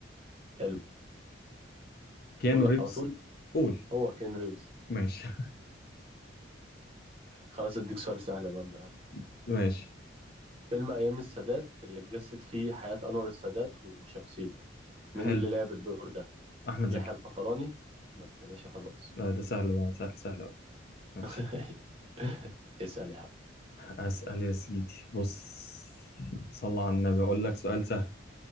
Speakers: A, on the right; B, on the left.
A: حلو
B: كيانو
A: اقول لك
B: ريفز
A: على طول
B: قول
A: هو كين ريفز
B: ماشي
A: خلاص اديك سؤال سهل بقى من الأهم.
B: <laughs> ماشي
A: فيلم ايام السادات اللي اتجسد فيه حياة انور السادات وشخصيته مين
B: حلو
A: اللي لعب الدور ده
B: احمد
A: يحيى
B: زكي
A: الفخراني بس يا باشا خلاص
B: لا ده سهل ده سهل سهل قوي
A: <laughs>
B: ماشي
A: اسأل يا عم
B: أسأل يا سيدي بص صلى على النبي أقول لك سؤال سهل